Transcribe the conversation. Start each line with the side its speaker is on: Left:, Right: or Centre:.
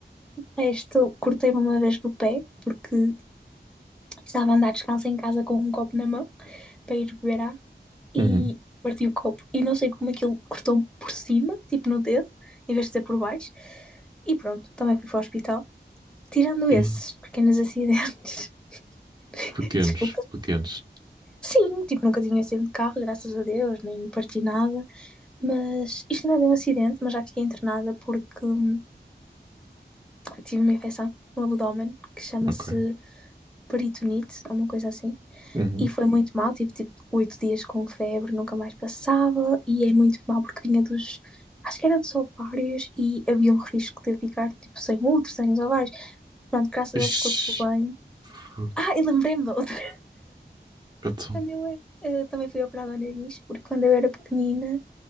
Centre: De resto, cortei-me uma vez do pé, porque estava a andar descalça em casa com um copo na mão para ir beber água. e
Right: Uhum.
Centre: parti o copo. E não sei como aquilo cortou por cima, tipo no dedo, em vez de ser por baixo. E pronto, também fui para o hospital. Tirando
Right: E
Centre: esses pequenos acidentes, <laughs>
Right: pequenos,
Centre: desculpa.
Right: pequenos.
Centre: Sim, tipo, nunca tinha um acidente de carro, graças a Deus, nem parti nada. Mas isto não é bem um acidente, mas já fiquei internada porque hum, tive uma infecção no abdômen que chama-se
Right: Ok.
Centre: peritonite, alguma coisa assim.
Right: Uhum.
Centre: E foi muito mal, tive tipo oito dias com febre, nunca mais passava, e é muito mal porque vinha dos. Acho que era dos ovários e havia um risco de eu ficar tipo sem outro, sem os ovários. Pronto, graças a Deus
Right: Ixi.
Centre: ficou tudo bem.
Right: Fu-
Centre: Ah, e lembrei-me da outra. <laughs>
Right: Então,
Centre: Quando eu eh, também fui operada ao nariz, porque quando eu era pequenina